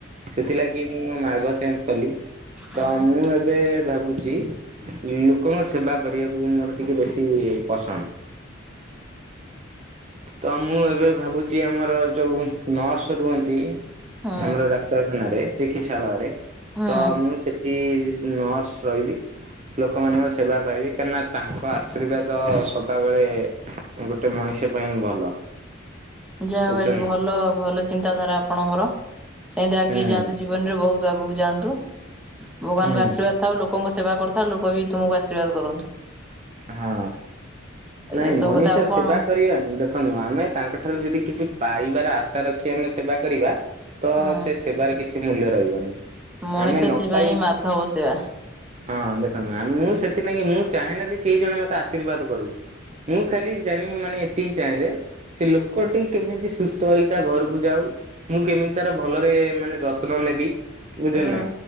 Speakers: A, on the right (about 35°); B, in the centre.
A: ସେଥିଲାଗି ମୁଁ ମାର୍ଗ ଚେଞ୍ଜ କଲି
B: ହୁଁ
A: ତ ମୁଁ ଏବେ ଭାବୁଛି। ଉଁ ଲୋକଙ୍କ ସେବା କରିବାକୁ ମୋର ଟିକେ ବେଶୀ ପସନ୍ଦ। ତ ମୁଁ ଏବେ ଭାବୁଛି ଆମର ଯୋଉ ନର୍ସ ରୁହନ୍ତି।
B: ହୁଁ
A: ଆମର ଡାକ୍ତରଖାନାରେ ଚିକିତ୍ସାଳୟରେ
B: ହୁଁ
A: ତ ମୁଁ ସେ କି ନର୍ସ ରହିବି। ଲୋକମାନଙ୍କ ସେବା ପାଇବି, କାହିଁକିନା ତାଙ୍କ ଆଶୀର୍ବାଦ ସଦାବେଳେ ଗୋଟେ ମଣିଷ ପାଇଁ ଭଲ।
B: ଯାହା
A: ବୁଝୁଛନ୍ତି
B: ଭାଇ
A: ନା
B: ଭଲ ଭଲ ଚିନ୍ତାଧାରା ଆପଣଙ୍କର, ସେମିତି ଆଗେଇ
A: ହୁଁ
B: ଯାଆନ୍ତୁ ଜୀବନ ରେ ବହୁତ୍। ଆଗକୁ ଯାଆନ୍ତୁ, ଭଗବାନଙ୍କ
A: ହୁଁ
B: ଆଶୀର୍ବାଦ ଥାଉ ଲୋକଙ୍କ ସେବା କରିଥାଉ ଲୋକ ବି ତୁମକୁ ଆଶୀର୍ବାଦ କରନ୍ତୁ।
A: ହଁ
B: ଏଇଆ
A: ନାଇଁ
B: ସବୁ
A: ମଣିଷ
B: କଥା ଆଉ କଣ
A: ସେବା କରିବାନି ଦେଖନ୍ତୁ ନୁହଁ ଆମେ ତାଙ୍କଠାରୁ ଯଦି କିଛି ପାଇବାର ଆଶା ରଖି ଆମେ ସେବା କରିବା ତ
B: ହଁ
A: ସେ ସେବାର କିଛି ମୂଲ୍ୟ ରହିବନି,
B: ମଣିଷ
A: ଆମେ ନ
B: ସେବା
A: ପାଇ।
B: ହିଁ ମାଧବ ସେବା।
A: ହଁ ଦେଖନ୍ତୁ ମ୍ୟାମ୍ ମୁଁ ସେଥିଲାଗି ମୁଁ ଚାହେଁ ନା ଯେ କେଇ ଜଣ ମତେ ଆଶୀର୍ବାଦ କରୁ। ମୁଁ ଖାଲି ଜାଣି ମାନେ ଏତିକି ଚାହେଁ ଯେ। ସେ ଲୋକ ଟି କେମିତି ସୁସ୍ଥ ହେଇ ତା ଘରକୁ ଯାଉ। ମୁଁ କେମିତି ତାର ଭଲରେ ମାନେ ଯତ୍ନ ନେବି। ବୁଝିହେଲାନା?
B: ଉଁ